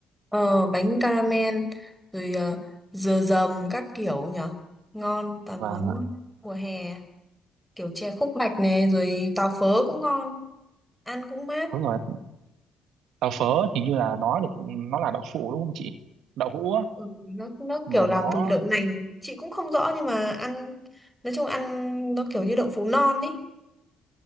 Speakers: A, in the centre; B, on the right.
A: Ờ, bánh caramel rồi ờ, dừa dầm các kiểu nhở ngon toàn
B: và
A: món mùa hè kiểu chè khúc bạch này rồi tàu phớ cũng ngon ăn cũng mát
B: đúng rồi đậu phớ hình như là nó được nó là đậu phụ đúng không chị đậu hũ á,
A: ừ, nó nó
B: mà
A: kiểu làm
B: nó
A: từ đậu nành chị cũng không rõ nhưng mà ăn nói chung ăn nó kiểu như đậu phụ non ý